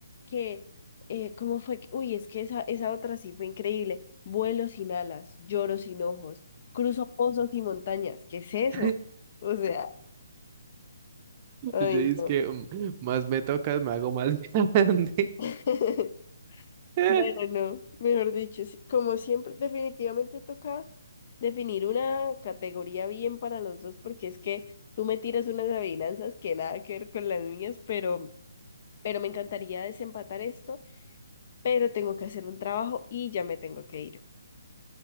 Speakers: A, on the left (about 40°); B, on the right (about 30°).
A: que, eh, ¿cómo fue? que- Uy, es que esa, esa otra sí fue increíble. Vuelo sin alas, lloro sin ojos, cruzo pozos y montañas. ¿Qué es eso?
B: <laughs>
A: O sea,
B: Yo
A: ay,
B: es
A: no.
B: que mm, más me tocas, me hago más grande.
A: <laughs>
B: <laughs>
A: Bueno, no, mejor dicho, sí, como siempre, definitivamente toca definir una categoría bien para los dos, porque es que tú me tiras unas adivinanzas que nada que ver con las mías, pero, pero me encantaría desempatar esto, pero tengo que hacer un trabajo y ya me tengo que ir.